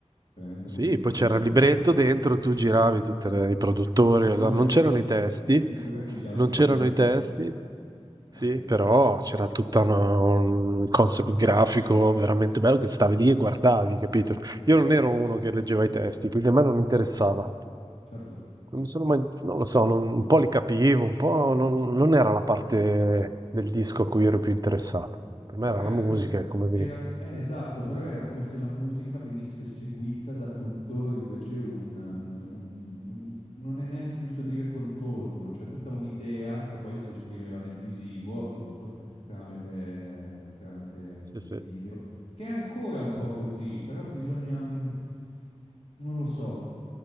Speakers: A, on the left; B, on the right.
A: veramente
B: Sì,
A: molto strana,
B: poi c'era
A: e molto
B: il libretto
A: bella.
B: dentro, tu giravi tutti i produttori,
A: Figurati,
B: allora non c'erano i testi,
A: figurati gli album
B: non c'erano
A: fisici.
B: i testi, sì,
A: Eh sì,
B: però c'era tutto un concept grafico veramente bello che stavi lì e guardavi, capito? Io non ero uno che leggeva i testi, quindi a me non interessava.
A: certo.
B: Non sono mai- non lo so, non- un po' li capivo, un po' non, non era la parte del disco a cui ero più interessato. Per
A: Però
B: me era
A: era
B: la musica,
A: come...
B: e come veniva.
A: Era, eh, esatto, però era come se la musica venisse seguita da tutto, invece un, um, un- un- non è neanche giusto dire contorno, cioè tutta un'idea che poi si esprimeva nel visivo, appunto, tramite, tramite, um,
B: Sì, sì.
A: i video, che è ancora un po' così, però bisogna, um, non lo so,